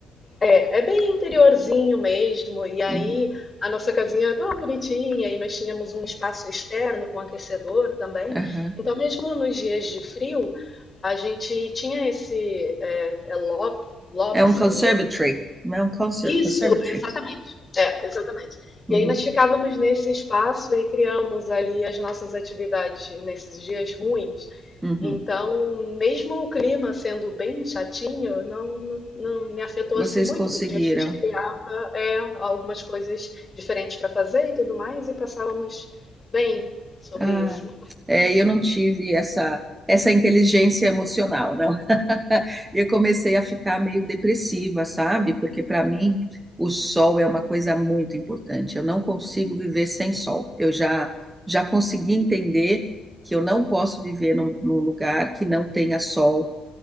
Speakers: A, on the left (about 30°); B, on the right (about 15°).
A: É, é bem interiorzinho mesmo. E aí
B: Uhum,
A: a nossa casinha é tão bonitinha e nós tínhamos um espaço externo com aquecedor também.
B: aham.
A: Então, mesmo nos dias de frio, a gente tinha esse é, é lobby, lobby,
B: É um
A: se
B: conservatory,
A: não me engano,
B: não é um conser
A: isso,
B: conservatory.
A: exatamente. É, exatamente.
B: Uhum,
A: E aí nós ficávamos nesse espaço e criamos ali as nossas atividades nesses dias ruins.
B: uhum.
A: Então, mesmo o clima sendo bem chatinho, não, não não me afetou
B: Vocês
A: assim muito,
B: conseguiram.
A: porque a gente criava é, algumas coisas diferentes para fazer e tudo mais, e passávamos bem sobre
B: Ah,
A: isso.
B: é, eu não tive essa essa inteligência emocional, não. <laughs> Eu comecei a ficar meio depressiva, sabe? Porque para mim o sol é uma coisa muito importante. Eu não consigo viver sem sol. Eu já já consegui entender que eu não posso viver num, num lugar que não tenha sol